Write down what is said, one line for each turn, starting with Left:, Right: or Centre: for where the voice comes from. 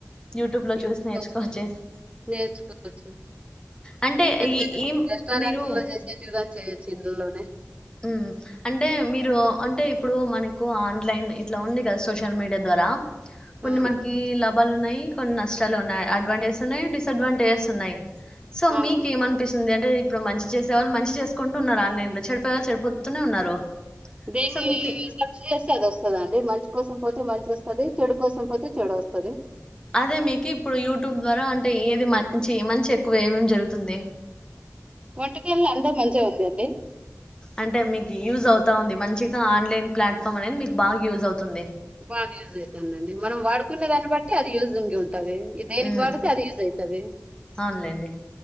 Left: యూట్యూబ్
Right: యూటూబ్
Left: చూసి నేర్చుకోచ్చేసి
Right: లో చూస్తే నేర్చుకోవచ్చు,
Left: అంటే
Right: పెద్ద
Left: ఈ
Right: పెద్ద
Left: ఏం
Right: రెస్టారెంట్లలో
Left: మీరు
Right: చేసేగటివి చేయొచ్చు ఇందులోనే,
Left: ఉ అంటే మీరు అంటే ఇప్పుడు మనకు ఆన్లైన్ ఇట్లా ఉంది. కదా సోషల్ మీడియా ద్వారా కొన్ని
Right: ఉమ్
Left: మనకి లాభాలు ఉన్నాయి, కొన్ని నష్టాలు ఉన్నాయి, అడ్వాంటేజెస్ ఉన్నాయి డిసడ్వాంటేజెస్ ఉన్నాయి. సో
Right: అవును
Left: మీకు ఏమనిపిస్తుంది. అంటే ఇప్పుడు మంచి చేసేవాళ్ళు మంచి చేసుకుంటు ఉన్నారు, ఆన్లైన్ లో చె చెప్పేళ చెడిపోతూనే ఉన్నారు.
Right: దేన్ని
Left: సో మీకు
Right: సబ్ చేస్తే అది వస్తదండి మంచి కోసం పోతే మంచి వస్తుది చెడు కోసం పోతే చెడు వస్తది
Left: అదే మీకు ఇప్పుడు యూ యూట్యూబ్ ద్వారా అంటే ఏది మంచి మంచి ఎక్కువ ఏం జరుగుతుంది.
Right: వంటకేమో అంతా మంచిగా ఉండిది.
Left: అంటే మీకు యూజ్ అవుతా ఉంది మంచిగా ఆన్లైన్ ప్లాట్ఫామ్ అనేది మీకు బాగా యూజ్ అవుతుంది.
Right: బాగా యూజ్ అవుతుందండి మనం వాడుకునే దాన్ని బట్టి అది యూజింగ్ ఉంటుంది. ఈ దేనికి
Left: మ్మ్
Right: వాడితే అది యూజ్ అయితది.
Left: అవునులేండి